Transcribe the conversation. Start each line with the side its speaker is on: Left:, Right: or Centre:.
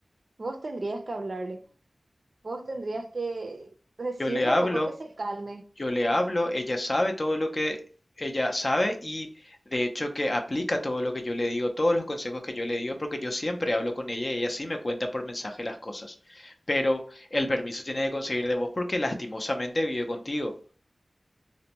Right: Vos tendrías que hablarle. Vos tendrías que decirle
Left: yo le hablo.
Right: un poco que se calme.
Left: Yo le hablo, ella sabe todo lo que ella sabe y de hecho que aplica todo lo que yo le digo, todos los consejos que yo le digo, porque yo siempre hablo con ella y ella sí me cuenta por mensaje las cosas. Pero el permiso tiene que conseguir de vos porque lastimosamente vive contigo.